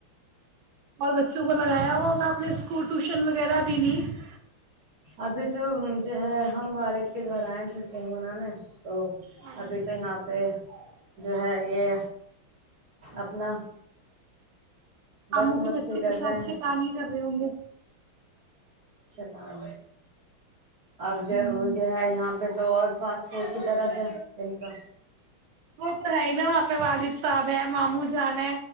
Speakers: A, on the right (about 75°); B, on the right (about 50°).
A: اور بچوں کو لگایا ہوا ہوگا اپ نے اسکول ٹیوشن وغیرہ بھی نہیں
B: ابھی تو جو ہے ہم والد کے گھر آئے چھٹی منانے تو
A: ہاں جی
B: ابھی تو یہاں پہ جو ہے یہ اپنا بس
A: اموں کے
B: مستی
A: بچے
B: کر
A: کے ساتھ
B: رہے ہیں
A: شتانی کر رہے ہوں گے
B: ہاں اب جو
A: جی
B: وہ جو ہے یہاں پہ تو اور فاسٹ فوڈ کی طرف ہے ان کا
A: وہ تو ہے ہی نا وہاں پہ والی و ہے معاموں جان